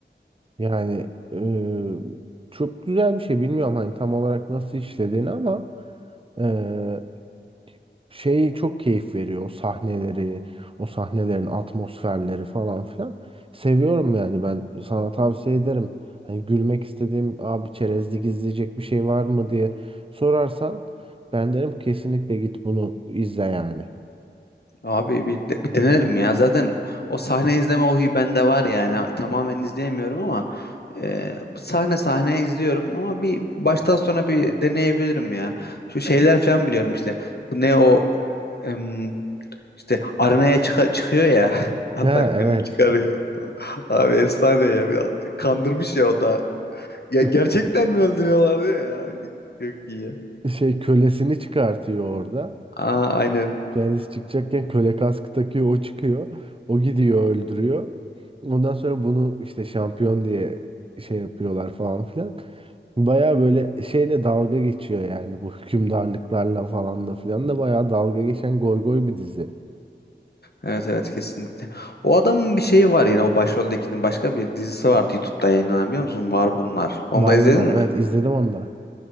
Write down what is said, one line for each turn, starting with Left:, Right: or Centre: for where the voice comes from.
Right: Yani eee, çok güzel bir şey. Bilmiyorum hani tam olarak nasıl işlediğini ama eee, şey çok keyif veriyor. O sahneleri, o sahnelerin atmosferleri falan filan. Seviyorum yani ben sana tavsiye ederim. Hani gülmek istediğim abi çerezlik izleyecek bir şey var mı diye sorarsan ben derim kesinlikle git bunu izle yani.
Left: Abi bir, de- bir denerim ya. Zaten o sahne izleme o huyu bende var yani. Ha, Tamamen izleyemiyorum ama e, sahne sahne izliyorum ama bir baştan sona bir deneyebilirim ya. Şu şeyler falan biliyorum işte. Bu ne o em, işte arenaya çıka- çıkıyor ya. <laughs> Hatta
Right: Ha evet.
Left: birini çıkarıyor. Abi efsane ya. Bir- kandırmış ya o da. Ya
Right: <laughs>
Left: gerçekten mi öldürüyorlar diyor ya. Çok iyi.
Right: Şey kölesini çıkartıyor orada.
Left: Aa, aynen.
Right: Kendisi çıkacakken köle kaskı takıyor, o çıkıyor. O gidiyor öldürüyor. Ondan sonra bunu işte şampiyon diye şey yapıyorlar falan filan. Baya böyle şeyle dalga geçiyor yani bu hükümdarlıklarla falan da filan da baya dalga geçen goy bir dizi.
Left: Evet evet kesinlikle. O adamın bir şeyi var yine o başroldekinin başka bir dizisi vardı YouTube'da yayınlanan biliyor musun? Var bunlar. Onu
Right: Var
Left: da izledin
Right: bunlar.
Left: mi?
Right: Evet izledim onu da.